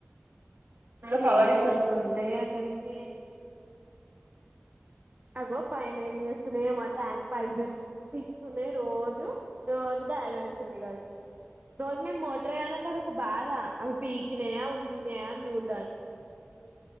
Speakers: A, on the right; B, on the right.
A: ఫుల్
B: హే
A: కవర్ వేసి
B: ఫుల్
A: వచ్చినాయి
B: ఉంటాయి అసలుకి అగో పైన ఏమి చేస్తున్నాయో మా ట్యాంక్ పైనా పిక్తుంది రోజు రోజు దాడి పెడుతుంది కాదు రోజు మేము మోటర్ వేయ్యాలంటే అదొ ఒక బాధ అవి పీకినాయా ఉంచినాయా అని చూడ్డానికి